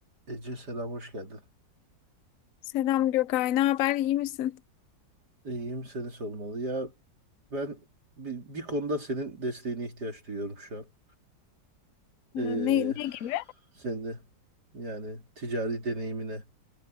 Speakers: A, on the right; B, on the left.
A: Ece selam hoş geldin.
B: Selam Gökay, ne haber? İyi misin?
A: İyiyim seni sormalı. Ya ben bir, bir konuda senin desteğine ihtiyaç duyuyorum şu an. Ee,
B: Ee, Ne, ne gibi?
A: senin de yani ticari deneyimine